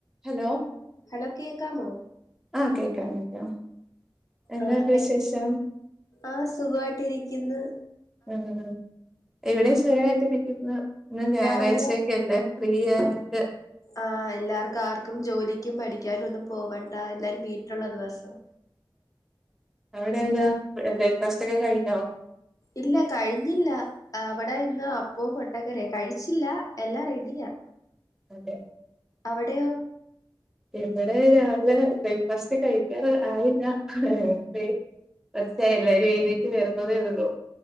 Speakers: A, in the centre; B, on the left (about 40°).
A: Hello
B: hello കേക്കാമോ
A: ആഹ് കേക്കാം കേക്കാം എന്തുണ്ട്
B: ആഹ്
A: വിശേഷം
B: എഹ് ആഹ് സുഖവായിട്ടിരിക്കുന്ന്
A: ഉം ഇവിടെയും സുഖായിട്ടിരിക്കുന്നു ഇന്ന് ഞായറാഴ്ചയൊക്കല്ലേ
B: രാവിലെ
A: ഫ്രീ ആയിട്ട്
B: ആഹ് എല്ലാർക്കും ആർക്കും ജോലിക്കും പഠിക്കാനും ഒന്നും പോവണ്ട എല്ലാരും വീട്ടിലുള്ള ദിവസം
A: അവിടെ എന്താ ബ്രേക്ക്ഫാസ്റ്റ് ഒക്കെ കഴിഞ്ഞൊ?
B: ഇല്ല കഴിഞ്ഞില്ല. ആഹ് വടെ ഇന്ന് അപ്പവും മുട്ടക്കറിയാ കഴിച്ചില്ല എല്ലാം റെഡിയാ
A: അതെ
B: അവിടെയോ?
A: ഇവിടെ രാവിലെ ബ്രേക്ക്ഫാസ്റ്റ് കഴിക്കാറ് ആയില്ല ന്തെ <unintelligible> എല്ലാരും എഴുന്നേറ്റ് വരുന്നതേ ഉള്ളൂ